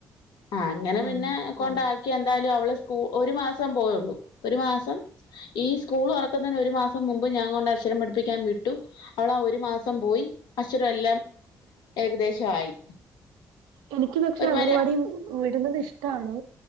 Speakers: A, on the left (about 75°); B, on the right (about 80°).
A: ആ അങ്ങനെ
B: ഉം
A: പിന്നെ കൊണ്ടാക്കി എന്തായാലും അവള് സ്കൂ ഒരുമാസം പോയൊള്ളൂ ഒരു മാസം ഈ സ്കൂൾ തൊർക്കുന്നതിന് ഒരു മാസംമുമ്പ് ഞാൻകൊണ്ട് അക്ഷരം പഠിപ്പിക്കാൻ വിട്ടു. അവളാ ഒരുമാസം പോയി അക്ഷരം എല്ലാം ഏകദേശം ആയി.
B: എനിക്ക് പക്ഷെ
A: എനിക്ക്
B: അങ്കണവാടി വിടുന്നത് ഇഷ്ട്ടാണ്.